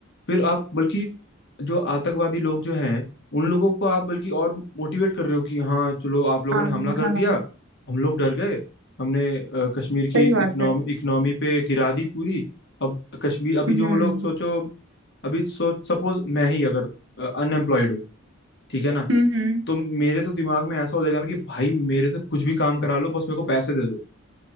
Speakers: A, on the left; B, on the right.
A: फिर आप बल्कि जो आतंकवादी लोग जो हैं उन लोगों को आप बल्कि और मोटिवेट कर रहे हो कि हाँ चलो आप लोगों
B: हाँ
A: ने हमला कर
B: हाँ
A: दिया हम लोग डर गए हमने अ, कश्मीर की
B: सही बात
A: इकोनॉमी
B: है
A: इकोनॉमी पे गिरा दी पूरी अब कश्मीर अभी
B: हम्म
A: जो लोग सोचो अभी सोच सपोज मैं ही अगर अनएम्प्लॉयड हूँ ठीक है ना
B: हम्म हम्म,
A: तो मेरे तो दिमाग में ऐसा हो जाएगा ना कि भाई मेरे से कुछ भी काम करा लो बस मेरे को पैसे दे दो